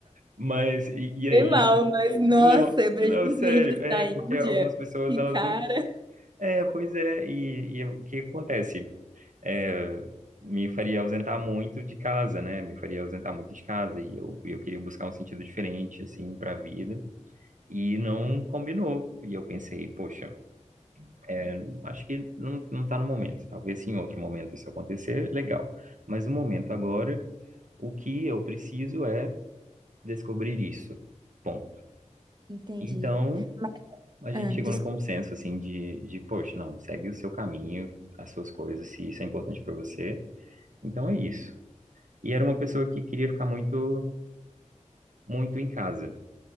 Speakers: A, on the right (about 80°); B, on the right (about 35°).
A: Mas e, e
B: Bem
A: aí?
B: mal, mas nossa,
A: Não,
B: eu vejo
A: não,
B: os
A: sério,
B: vídeos
A: é
B: da
A: porque
B: Índia.
A: algumas pessoas
B: Que
A: elas
B: cara.
A: não. É, pois é, e, e o que acontece? É, me faria ausentar muito de casa, né? Me faria ausentar muito de casa e eu, eu queria buscar um sentido diferente assim para a vida e não combinou. E eu pensei, poxa, é, acho que não, não tá no momento. Talvez se em outro momento isso acontecer, legal. Mas no momento agora, o que eu preciso é descobrir isso. Ponto.
B: Entendi.
A: Então,
B: Mas,
A: a gente
B: ah,
A: chegou
B: desculpa.
A: num consenso, assim, de, de, poxa, não, segue o seu caminho, as suas coisas, se isso é importante para você. Então é isso. E era uma pessoa que queria ficar muito, muito em casa,